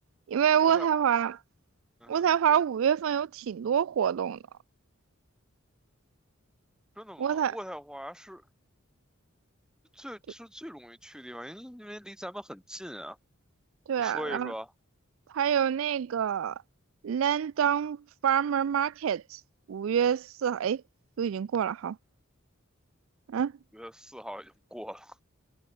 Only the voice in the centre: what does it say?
渥太，嗯哼，
真的吗？
渥太华是最是最容易去的地方，
因因为离咱们很近啊。
你说一说，
五月四号已经过了，